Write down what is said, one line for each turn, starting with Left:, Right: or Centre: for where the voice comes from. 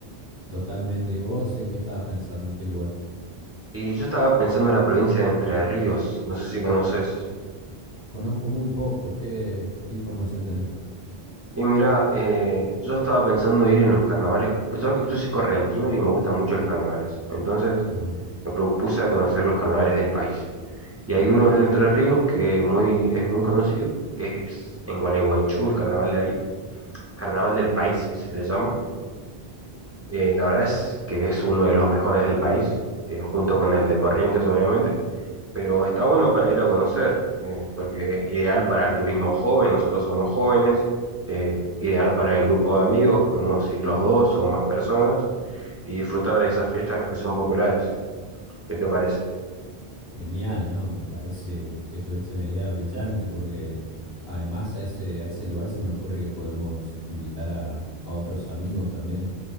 Left: Totalmente. ¿Y vos en qué estabas pensando? ¿En qué lugar?
Right: Y yo estaba pensando en la provincia de Entre Ríos, no sé si
Left: Epa.
Right: conoces.
Left: Conozco muy poco. ¿Qué, qué información tenés?
Right: Y mira, eh, yo estaba pensando ir en los carnavales. Yo, yo soy correntino y me gustan mucho los carnavales. Entonces
Left: Ajá.
Right: me propuse a conocer los carnavales del país. Y hay
Left: Epa.
Right: uno de Entre Ríos que muy, es muy conocido, que es en Gualeguaychú, el carnaval de ahí. Carnaval del país se le llama. Eh, la verdad es que es uno de los mejores del país, eh, junto con el de Corrientes, obviamente pero está bueno para ir a conocer, eh, porque ideal para el turismo joven, nosotros somos jóvenes, eh, ideal para el grupo de amigos, podemos ir los dos o más personas y disfrutar de esas fiestas que son populares. ¿Qué te parece?
Left: Genial, ¿no? Me parece que tuviste una idea brillante porque además a ese, a ese lugar se me ocurre que podemos invitar a, a otros amigos también.